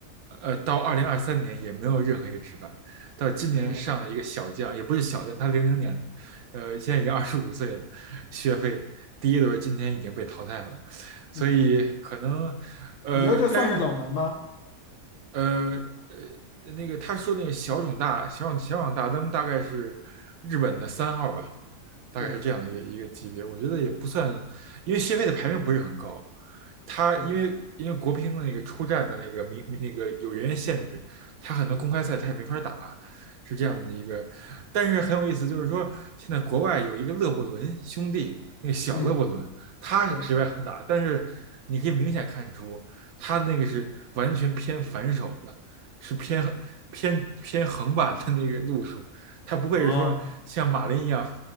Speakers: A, on the right; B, on the left.
A: 呃，到二零二三年也没有任何一个直板，到今年上了一个小将，
B: 是，
A: 也不是小将，他零零年的，呃，现在已经二十五岁了，学费第一轮今天已经被淘汰了，所以可能，
B: 嗯，
A: 呃，
B: 你觉得这算是冷门吗？
A: 但是你呃呃，那个他说那个小种大小种小种大灯大概是日本的三号吧，大概是这样的一个一个级别。
B: 对，
A: 我觉得也不算，因为谢飞的排名不是很高，他因为因为国乒的那个出战的那个名那个有人员限制，
B: 是，
A: 他很多公开赛他也没法打，是这样的一个。
B: 对，
A: 但是很有意思，就是说现在国外有一个勒布伦兄弟，那个小勒布伦，
B: 嗯，
A: 他是直白横打，
B: 对，
A: 但是你可以明显看出。他那个是完全偏反手的，是偏偏偏横版的那个路数，他不会是说像马林一样，
B: 啊，